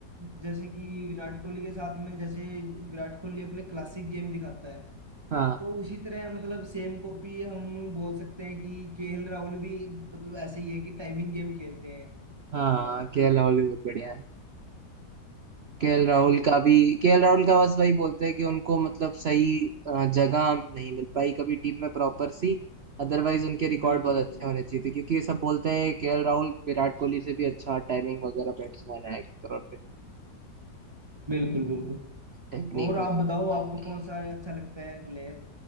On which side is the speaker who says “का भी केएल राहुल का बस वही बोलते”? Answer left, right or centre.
Right